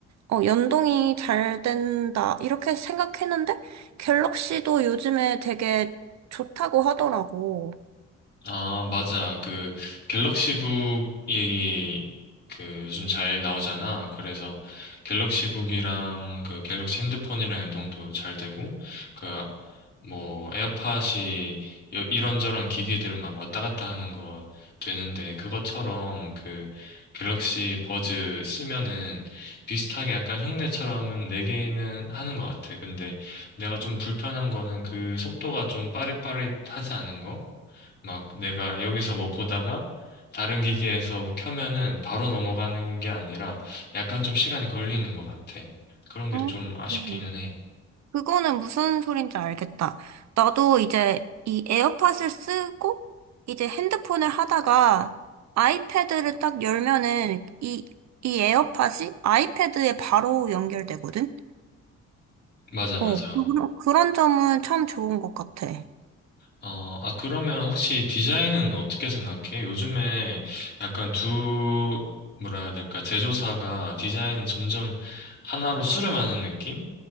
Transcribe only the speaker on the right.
어 연동이 잘 된다. 이렇게 생각했는데 갤럭시도 요즘에 되게 좋다고 하더라고.
음,
그거는 무슨 소린지 알겠다. 나도 이제 이 에어팟을 쓰고 이제 핸드폰을 하다가 아이패드를 딱 열면은 이, 이 에어팟이 아이패드에 바로 연결되거든?
어, 그런, 그런 점은 참 좋은 것 같아.